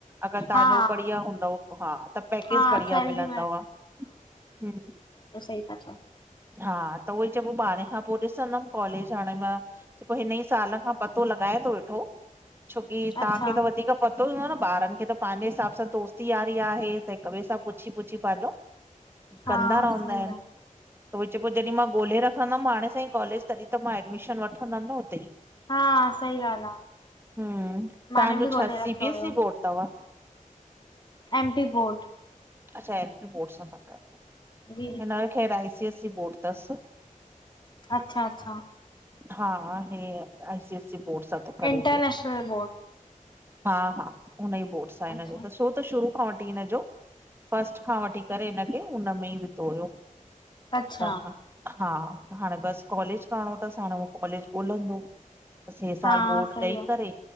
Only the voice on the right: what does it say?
अगर तांजो
बढ़िया हूंदव हा त पैकेज
बढ़िया
मिलंदव हं।
हा त उई च पो भारे। हां, पो ॾिसंदम कॉलेज, हाणे मां हिन ई साल खां पतो लॻायां थो वेठो। छोकी
तां खे त वधीक पत। हूंदो न ॿारन खे त पंहिंजे हिसाब सां दोस्ती यारी आहे त हिक ॿिए सां पुछी पुछी पाँजो।
कदा रहंदा
आहिन।
त ऊहोई चवे पो जॾहिं मां ॻोल्हे रखंदम हाणे साईं कॉलेज तॾहिं त मां एडमिशन वठंदम न उते ई।
हम्म
तव्हांजो
छा सी
बी
एस ई बोर्ड अथव
अच्छा एम पी बोर्ड सां ता कयो त
हिन ख़ैर आई सी एस बोर्ड तस।
हा, हे I C S C board सां। थो करे
पियो
हा हा हुन ई बोर्ड साँ हिन
जो तस्। छो त शुरू खां वठी हिन जो फस्ट खां वठी करे हिन खे हुनन में ई विधो हुयो।
त हा हाणे बस कॉलेज करणो अथस हाणे उहो कॉलेज ॻोल्हंदो। त बस हे साल
बोर्ड
ॾेई
करे